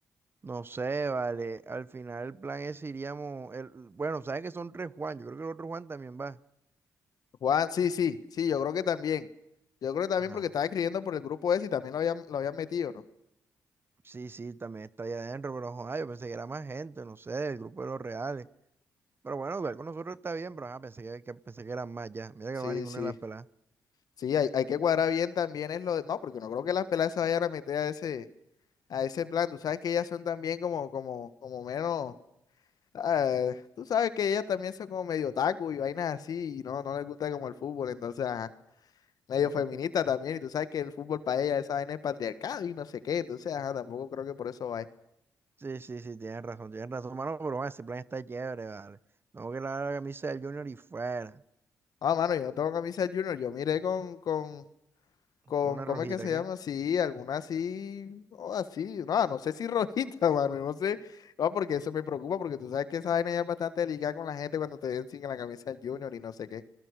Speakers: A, on the right; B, on the left.
A: No sé, vale. Al final el plan es iríamos. El, bueno, sabes que son tres Juan. Yo creo que el otro Juan también va.
B: Juan, sí, sí, sí, yo creo que también. Yo creo que también
A: Ajá.
B: porque estaba escribiendo por el grupo ese y también lo habían, lo habían metido, ¿no?
A: Sí, sí, también está allá adentro, pero joder, yo pensé que era más gente, no sé, el grupo de los reales. Pero bueno, igual con nosotros está bien, pero ajá, pensé que, que- pensé que eran más ya. Mira que
B: Sí,
A: no va ninguna
B: sí.
A: de las peladas.
B: Sí, hay, hay que cuadrar bien también es lo de... No, porque no creo que las peladas se vayan a meter a ese, a ese plan. Tú sabes que ellas son también como, como, como menos... ah, tú sabes que ellas también son como medio taco y vainas así y no, no les gusta como el fútbol. Entonces, ajá, medio
A: <laughs>
B: feminista también. Y tú sabes que el fútbol para ellas esa vaina es patriarcado y no sé qué. Entonces, ajá, tampoco creo que por eso vaya.
A: Sí, sí, sí, tienes razón, tienes razón, mano, pero bueno, ese plan está chévere, vale. Tengo que lavar la camisa del Junior y fuera.
B: Ah, mano, yo no tengo camisa Junior. Yo miré con, con, con,
A: Con una
B: ¿cómo
A: rojita,
B: es que se
A: ¿qué?
B: llama? Sí, alguna así, o así, no, no sé si rojita, <laughs> mano, no sé, no, porque eso me preocupa, porque tú sabes que esa vaina ya es bastante delicada con la gente cuando te ven sin la camisa del Junior y no sé qué.